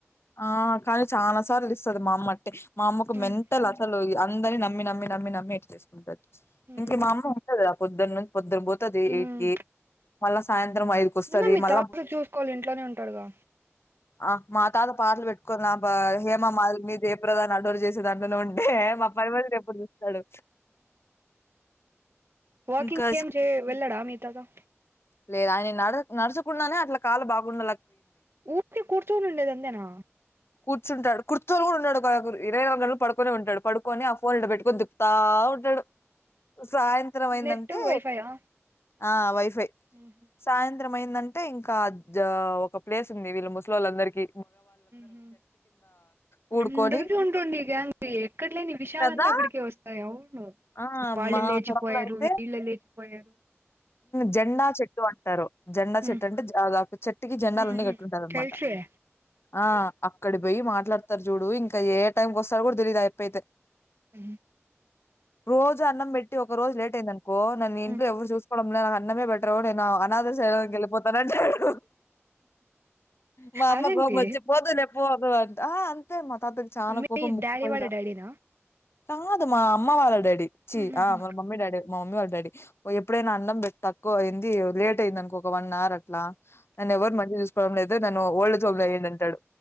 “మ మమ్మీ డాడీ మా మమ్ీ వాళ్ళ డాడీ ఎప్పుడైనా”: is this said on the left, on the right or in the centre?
Left